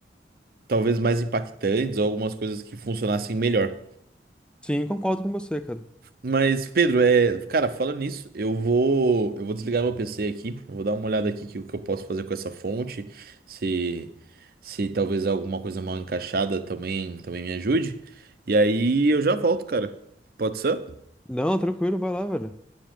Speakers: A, on the right; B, in the centre.
A: talvez mais impactantes ou algumas coisas que funcionassem melhor.
B: Sim, concordo com você, cara.
A: Mas, Pedro, é, cara, falando nisso, eu vou, eu vou desligar meu PC aqui, eu vou dar uma olhada aqui que o que eu posso fazer com essa fonte, se se talvez alguma coisa mal encaixada também também me ajude. E aí eu já volto, cara. Pode ser?
B: Não, tranquilo, vai lá, velho.